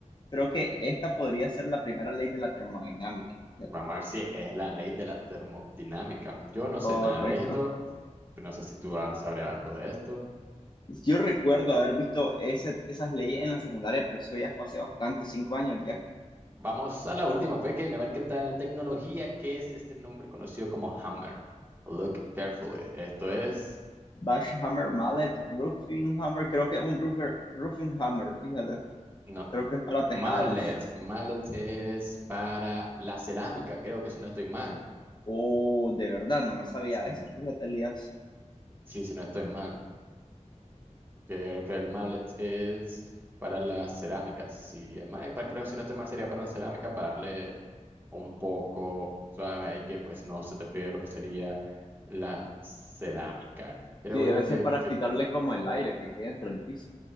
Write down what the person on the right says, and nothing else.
Vamos a ver si es la ley de la termodinámica. Yo no
sé nada de esto. No sé si tú sabrías algo de esto.
Vamos a la última, pues, Kevin, a ver qué tal en la tecnología. ¿Qué es este nombre conocido como hammer? Look carefully. Esto es.
No.
Mallet. Mallet es para la cerámica, creo que si no estoy mal.
Sí,
sí, si no estoy mal. Creo que el mallet es para las cerámicas. Sí, el mallet, para, creo, si no estoy mal, sería para la cerámica, para darle un poco suave ahí que pues no se te fríe lo que sería la cerámica. Pero
bueno,
Kevin,
sí,